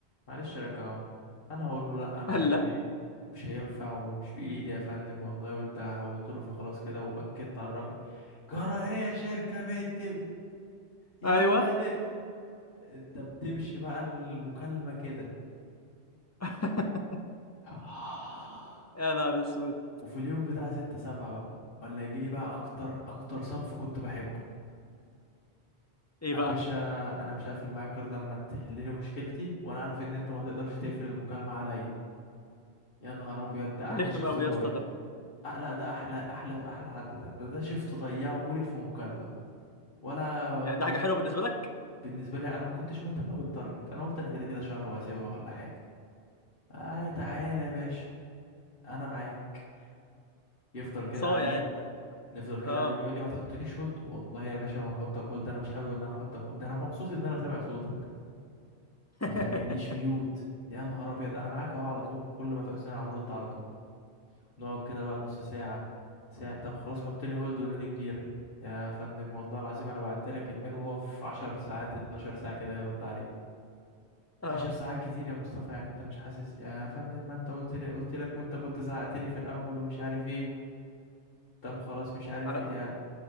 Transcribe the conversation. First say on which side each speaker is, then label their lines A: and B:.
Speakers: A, on the left; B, on the left.
A: معلش رجعهم انا هقول له لا مش
B: هلا
A: عارف ايه مش هينفع ومش بايدي يا فندم والله وانت حولت له فخلاص كده واكدت على الرقم جرى ايه يا شركة بنت يا
B: ايوه
A: ولاد انت بتمشي بقى المكالمة كده
B: <laughs>
A: <sighs>
B: يا نهار اسود
A: وفي اليوم بتاع ستة سبعة بقى ولا يجيلي بقى أكتر أكتر صنف كنت بحبه
B: ايه
A: يا
B: بقى
A: باشا أنا مش هقفل معاك غير لما تحللي مشكلتي وأنا عارف إن أنت ما تقدرش تقفل المكالمة عليا يا نهار أبيض ده
B: ده
A: أحلى
B: رخم
A: شفت
B: قوي
A: ضايع
B: يا اسطى ده
A: أه لا ده أحلى أحلى أحلى حد ده ده, ده شفت ضيعه لي في مكالمة ولا
B: يعني
A: مديري
B: ده حاجه حلوه بالنسبه لك
A: بالنسبة لي أنا ما كنتش مهتم بالتارجت أنا قلت أنا كده كده شهر وهسيبها ولا حاجة آه تعالى يا باشا أنا معاك يفضل كده
B: صايع
A: قاعدين
B: انت
A: نفضل كده
B: اه
A: قاعدين يقول لي ما تحطنيش هولد والله يا باشا ما هحطك هولد انا مش حابب ان انا احطك هولد ده انا مبسوط ان انا سامع صوتك
B: <laughs>
A: ما تعمليش ميوت يا نهار ابيض انا معاك اهو على طول وكل ما تعوزني انا هرد على طول نقعد كده بقى نص ساعة ساعة طب خلاص حطني هولد ونادي مديرك يا فندم والله العظيم انا بعت لك الميل وهو في 10 ساعات 12 ساعة كده هيرد عليك
B: اه
A: 10 ساعات كتير يا مصطفى يعني انت مش حاسس يا فندم ما انت قلت لي قلت لك وانت كنت زعقت لي في الاول ومش عارف ايه طب خلاص مش عارف
B: على
A: ايه يا